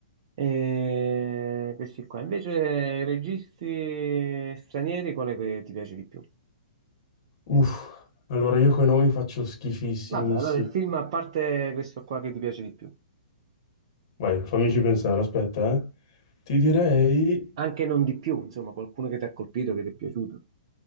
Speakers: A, on the right (about 40°); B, on the left (about 45°).
A: E questi qua. Invece, registi stranieri, quale che ti piace di più?
B: Uff. Allora io coi nomi faccio schifissimissimi.
A: Vabbè, allora il film, a parte questo qua che ti piace di più,
B: Vai, fammici pensare, aspetta, eh. Ti direi...
A: anche non di più, insomma, qualcuno che ti ha colpito, che ti è piaciuto.